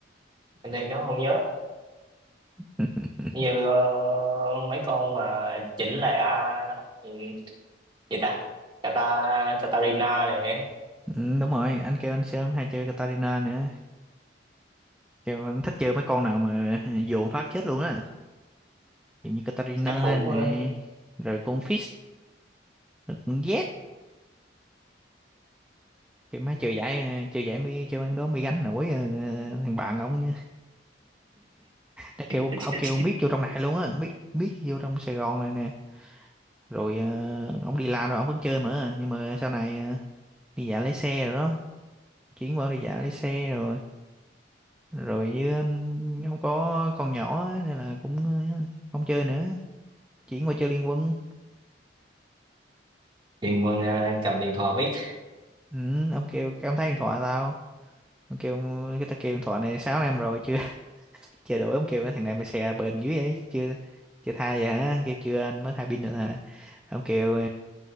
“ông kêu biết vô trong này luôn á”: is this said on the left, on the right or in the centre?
Centre